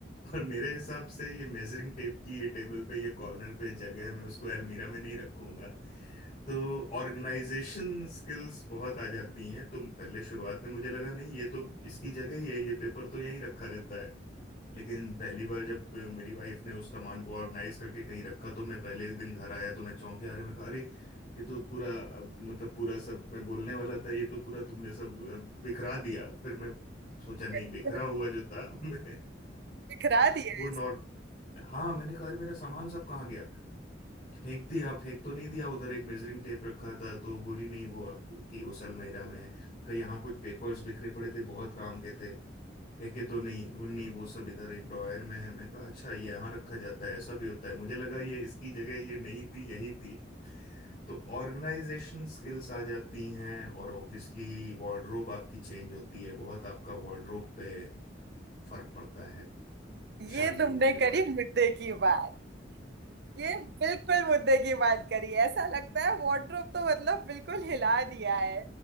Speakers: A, on the left; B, on the right.
A: पर मेरे हिसाब से ये मेजरिंग टेप की ये टेबल पे ये कॉर्नर पे जगह है मैं उसको अलमीरा में नहीं रखूंगा तो ऑर्गेनाइजेशन स्किल्स बहुत आ जाती हैं तो पहले शुरुआत में मुझे लगा नहीं ये तो इसकी जगह ही है ये पेपर तो यहीं रखा रहता है लेकिन पहली बार जब मेरी वाइफ ने उस सामान को ऑर्गेनाइज करके कहीं रखा तो मैं पहले दिन घर आया तो मैं चौंक गया अरे मैं कहा अरे ये तो पूरा अब, मतलब पूरा सब मैं बोलने वाला था ये तो पूरा तुमने सब अब बिखरा दिया फिर मैं सोचा नहीं
B: <laughs>
A: बिखरा हुआ जो था <laughs> मैं
B: बिखरा दिया
A: वो नॉर
B: इस-
A: हाँ मैंने कहा अरे मेरा सामान सब कहाँ गया फेंक दिया फेंक तो नहीं दिया उधर एक मेजरिंग टेप रखा था तो बोली नहीं वो आपकी उस अलमीरा में है कहीं यहाँ कुछ पेपर्स बिखरे पड़े थे बहुत काम के थे फेंके तो नहीं बोली, नहीं वो सब इधर एक ड्रॉयर में है मैं कहा अच्छा ये यहाँ रखा जाता है ऐसा भी होता है मुझे लगा ये इसकी जगह ये नहीं थी यही थी तो ऑर्गेनाइजेशन स्किल्स आ जाती हैं और ऑब्वियसली वार्डरोब आपकी चेंज होती है बहुत आपका वार्डरोब पे फर्क पड़ता है
B: ये
A: शादी
B: तुमने
A: होने के हम्म
B: करी मुद्दे की बात ये बिल्कुल मुद्दे की बात करी ऐसा लगता है वार्डरोब तो मतलब बिल्कुल हिला दिया है